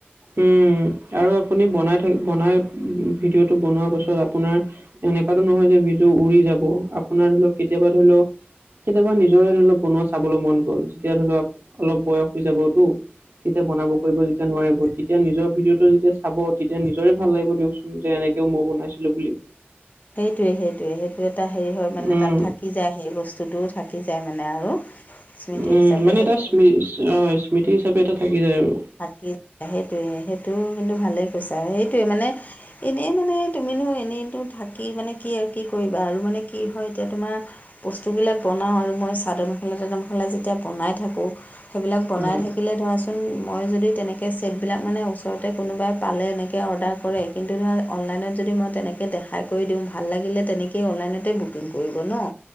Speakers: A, on the right; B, on the left.
A: উম আৰু আপুনি বনাই থাক বনাই ভিডিঅ'টো বনোৱাৰ পাছত আপোনাৰ এনেকুৱাতো নহয় যে বিজু উৰি যাব আপোনাৰ ধৰি লওক কেতিয়াবা ধৰি লওক কেতিয়াবা নিজৰে ধৰি লক বনোৱা চাবলৈ মন গ'ল যেতিয়া ধৰি লওক অলপ বয়স হৈ যাবতো তেতিয়া বনাব কৰিব যেতিয়া নোৱাৰিব তেতিয়া নিজৰ ভিডিঅ'টো যেতিয়া চাব তেতিয়া নিজৰে ভাল লাগিব দিয়কচোন যে এনেকেও মই বনাইছিলো বুলি
B: সেইটোৱে সেইটোৱে সেইটো এটা হেৰি হয় মানে
A: উম
B: তাত থাকি যায় সেই বস্তুটোও থাকি যায় মানে আৰু স্মৃতি
A: উম
B: হিচাপে
A: মানে
B: সেইটো
A: এটা স্মৃ অ স্মৃতি হিচাপে এটা থাকি যায় আৰু
B: থাকি সেইটোৱে সেইটোও কিন্তু ভালেই কৈছে আৰু সেইটোৱে মানে এনেই মানে তুমিনো এনেইতো থাকি মানে কি আৰু কি কৰিবা আৰু মানে কি হয় এতিয়া তোমাৰ বস্তুবিলাক বনাওঁ আৰু মই চাদৰ মেখেলা তাদৰ মেখেলা যেতিয়া বনাই থাকোঁ সেইবিলাক বনাই
A: উম
B: থাকিলে ধৰাচোন মই যদি তেনেকে চেটবিলাক মানে ওচৰতে কোনোবাই পালে এনেকে অৰ্ডাৰ কৰে কিন্তু ধৰা অনলাইনত যদি মই তেনেকৈ দেখাই কৰি দিওঁ ভাল লাগিলে তেনেকেই অনলাইনতে বুকিং কৰিব ন